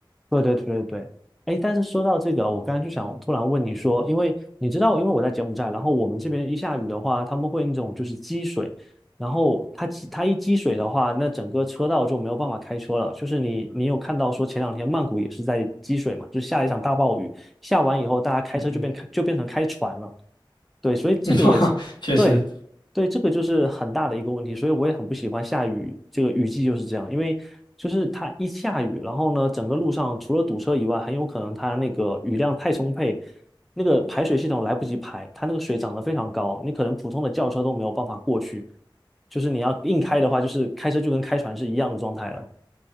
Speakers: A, in the centre; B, on the left.
A: 对对对对对，哎，但是说到这个啊，我刚才就想突然问你说，因为你知道，因为我在柬埔寨，然后我们这边一下雨的话，他们会那种就是积水，然后它积它一积水的话，那整个车道就没有办法开车了。就是你你有看到说前两天曼谷也是在积水嘛，就下一场大暴雨，下完以后大家开车就变开就变成开船了。
B: 嗯嗯，
A: 对，所以这个也是对，
B: <laughs> 确实。
A: 对，这个就是很大的一个问题，所以我也很不喜欢下雨，这个雨季就是这样，因为就是它一下雨，然后呢，整个路上除了堵车以外，很有可能它那个雨量太充沛，那个排水系统来不及排，它那个水涨得非常高，你可能普通的轿车都没有办法过去，就是你要硬开的话，就是开车就跟开船是一样的状态了。